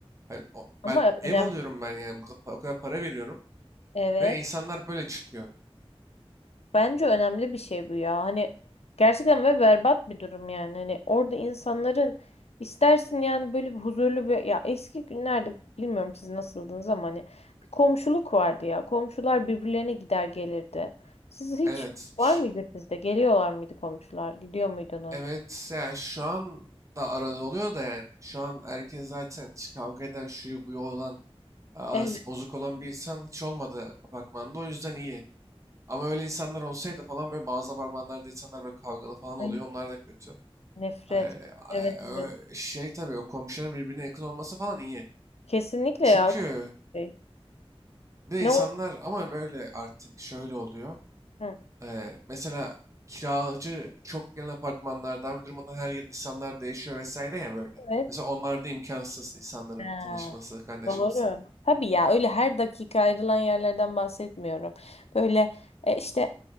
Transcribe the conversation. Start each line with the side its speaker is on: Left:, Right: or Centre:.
Right: Ben, o-
Left: ama
Right: ben ev
Left: önemli.
Right: alıyorum ben yani burada pa- o kadar para veriyorum
Left: Evet.
Right: ve insanlar böyle çıkıyor.
Left: Bence önemli bir şey bu ya. Hani gerçekten ve berbat bir durum yani. Hani orada insanların istersin yani böyle bir huzurlu bir ya eski günlerde bilmiyorum siz nasıldınız ama hani bir komşuluk vardı ya. Komşular birbirlerine gider gelirdi. Siz hiç
Right: Evet. ş-
Left: var mıydı sizde? Geliyorlar mıydı komşular? Gidiyor muydunuz?
Right: evet yani şu an da arada oluyor da yani. Şu an herkes zaten hiç kavga eden şuyu buyu olan a-
Left: Evet.
Right: arası bozuk olan bir insan hiç olmadı apartmanda o yüzden iyi. Ama öyle insanlar olsaydı falan böyle bazı apartmanlarda insanlar böyle kavgalı falan
Left: Ay,
Right: oluyor. Onlar da kötü.
Left: Nefret.
Right: Ay- ay-
Left: Evet
Right: ö-
Left: evet.
Right: Şey tabii o komşuların birbirine yakın olması falan iyi.
Left: Kesinlikle
Right: Çünkü
Left: ya. Şey.
Right: bir de
Left: Ne
Right: insanlar
Left: oldu?
Right: ama böyle artık şöyle oluyor.
Left: Hı,
Right: Eee, mesela kiracı çok gelen apartmanlardan bir durumda her yıl insanlar değişiyor vesaire ya böyle.
Left: Evet.
Right: Mesela onlarda imkansız insanların
Left: Ha.
Right: tanışması, kaynaşması.
Left: Doğru. Tabii ya öyle her dakika ayrılan yerlerden bahsetmiyorum. Böyle e, işte